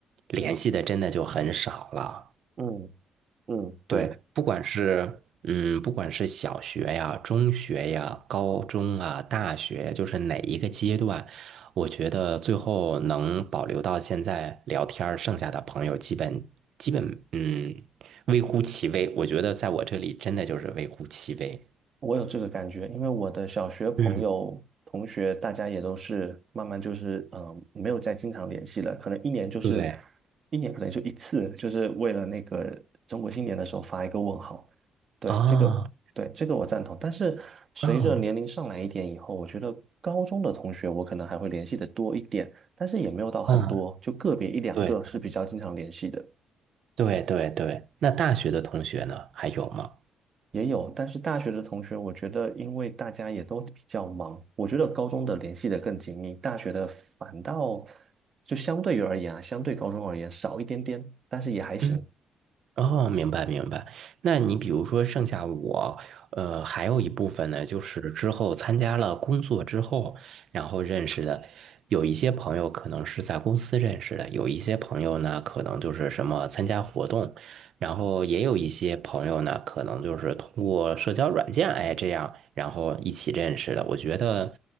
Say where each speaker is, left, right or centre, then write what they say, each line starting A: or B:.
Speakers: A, on the right; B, on the right.
A: 联系的真的就很少了。
B: 嗯嗯，对。
A: 对，不管是嗯，不管是小学呀、中学呀、高中啊、大学，就是哪一个阶段，我觉得最后能保留到现在聊天儿剩下的朋友基本基本嗯，微乎其微。我觉得在我这里真的就是微乎其微。
B: 我有这个感觉，因为我的小学朋友、
A: 嗯，
B: 同学，大家也都是慢慢就是，嗯、呃没有再经常联系了，可能一年就是
A: 对
B: 一年，可能就一次，就是为了那个中国新年的时候发一个问号。对，
A: 啊，
B: 这个，对，这个我赞同。但是随着年龄上来一点以后，
A: 嗯
B: 我觉得高中的同学我可能还会联系的多一点，但是也没有到很多，
A: 嗯，
B: 就个别一两个是比较经常联系的。
A: 对对对对。那大学的同学呢？还有吗？
B: 也有，但是大学的同学，我觉得因为大家也都比较忙，我觉得高中的联系的更紧密，大学的反倒就相对于而言啊，相对高中而言少一点点，但是也还行。
A: 嗯。哦，明白明白。那你比如说，剩下我，呃，还有一部分呢，就是之后参加了工作之后，然后认识的，有一些朋友可能是在公司认识的，有一些朋友呢，可能就是什么参加活动，然后也有一些朋友呢，可能就是通过社交软件，哎，这样，然后一起认识的。我觉得